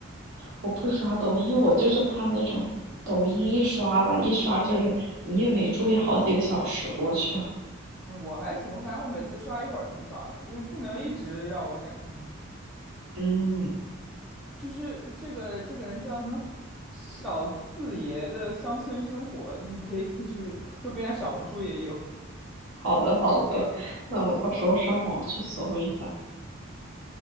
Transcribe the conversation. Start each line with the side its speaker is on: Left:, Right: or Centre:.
Right: 我不刷抖音，我就是怕那种抖音一刷吧，一刷就是你也没注意，好几个小时过去了。
Centre: 啊，我还行，我感觉我每次刷一会儿就不刷了，因为不能一直让我感兴趣。
Right: 嗯，
Centre: 就是这个这个人叫什么小四爷的乡村生活，你可以 <laughs> 就是说不定人家小红书也有。
Right: 好的好的，那我到时候上网去搜一下。